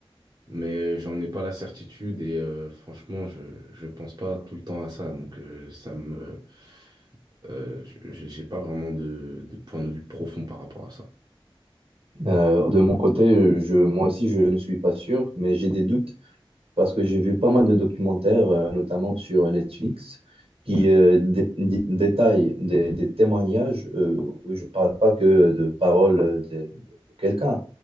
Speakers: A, on the right (about 45°); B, on the right (about 80°).
A: mais j'en ai pas la certitude et euh, franchement, je je pense pas tout le temps à ça, donc euh, ça me euh, je- j'ai j'ai pas vraiment de, de point de vue profond par rapport à ça.
B: Euh, de mon côté, je, moi aussi, je ne suis pas sûr, mais j'ai des doutes parce que j'ai vu pas mal de documentaires, euh, notamment sur Netflix, qui
A: Mm.
B: euh, dé- dé- détaillent des, des témoignages. euh, où je parle pas que de paroles euh, de, de quelqu'un,